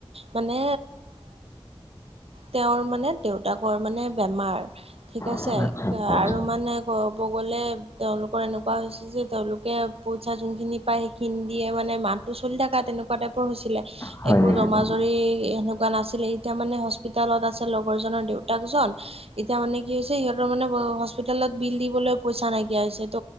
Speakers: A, on the right; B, on the left.
A: মানে তেওঁৰ মানে দেউতাকৰ মানে বেমাৰ ঠিক আছে
B: আচ্ছা আচ্ছা আচ্ছা
A: আৰু মানে ব গ'লে তেওঁলোক এনেকুৱা হৈছে যে তেওঁলোকে পইচা যোনখিনি পায় সেইখিনি দি মানে মাহটো চলি থাকা তেনেকুৱা টাইপ- পৰ হৈছিলে
B: হয়
A: একো
B: নেকি?
A: জমা জৰি এনুক কুৱা নাছিলে এতিয়া মানে হস্পিতালত আছে লগৰজনৰ দেউতাকজন এতিয়া মানে কি হৈছে সিহঁতৰ মানে হস্পিতালত বিল দিবলৈ পইচা নাইকিয়া হৈছে। ত